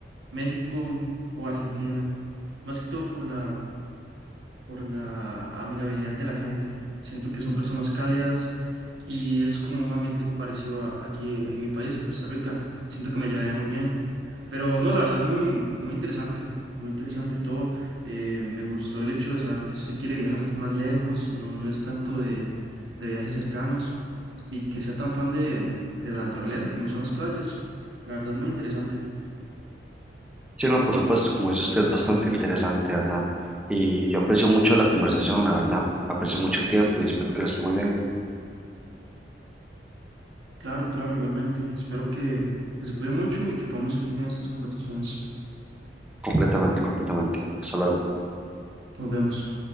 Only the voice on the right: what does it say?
México o Argentina, más que todo por la, por la amigabilidad de la gente. Siento que son personas cálidas y es como un ambiente parecido a aquí en mi país, en Costa Rica. Siento que me llevaría muy bien. Pero no, la verdad, muy, muy interesante, muy interesante todo. Eh, me gustó el hecho de saber que usted quiere viajar más lejos, no, no es tanto de, de viajes cercanos y que sea tan fan de, de la naturaleza como son las playas. La verdad, muy interesante.
Claro, claro, igualmente. Espero que, que se cuide mucho y que podamos seguir teniendo estas conversaciones.
Nos vemos.